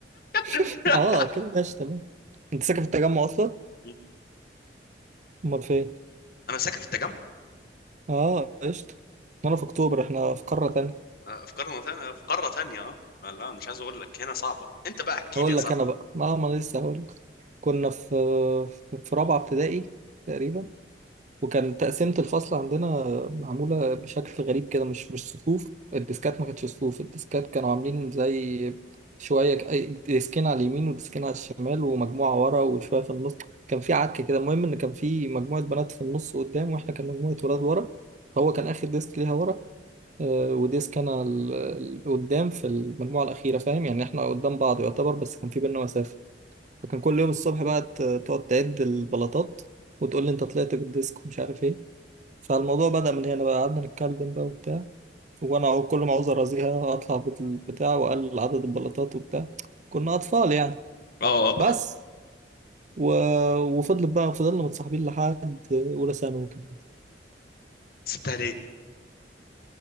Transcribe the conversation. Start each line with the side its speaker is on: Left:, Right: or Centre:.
Left: <laughs>
Right: <laughs> اه كده ماشي تمام انت ساكن في التجمع اصلا
Left: مم.
Right: امال فين
Left: انا ساكن في التجمع
Right: اه قشطه انا في اكتوبر احنا في قاره تانية
Left: آه، في قاره ثانيه في قاره ثانيه اه آه، لا مش عايز اقول لك هنا صعبه انت بقى احكي
Right: هقول
Left: لي يا صاحبي
Right: لك انا بقى ما ما انا لسه هقول لك كنا في في رابعه ابتدائي تقريبا وكان تقسيمه الفصل عندنا معموله بشكل غريب كده مش مش صفوف الديسكات ما كانتش صفوف الديسكات كانوا عاملين زي شويه ك- أي- ديسكين على اليمين وديسكين على الشمال ومجموعه ورا وشويه في النص كان في عك كده المهم ان كان في مجموعه بنات في النص قدام واحنا كان مجموعه ولاد ورا فهو كان اخر ديسك ليها ورا آه، وديسك انا ال- ال- قدام في المجموعه الاخيره فاهم يعني احنا قدام بعض يعتبر بس كان في بينا مسافه فكان كل يوم الصبح بقى ت- تقعد تعد البلاطات وتقول لي انت طلعت بالديسك ومش عارف ايه فالموضوع بدأ من هنا بقى قعدنا نتكلم بقى وبتاع وانا كل ما عاوز ارازيها اطلع بالبتاع واقلل عدد البلاطات وبتاع كنا اطفال يعني
Left: اه
Right: بس و... وفضلت بقى فضلنا متصاحبين لحد اولى ثانوي وكده
Left: سبتها ليه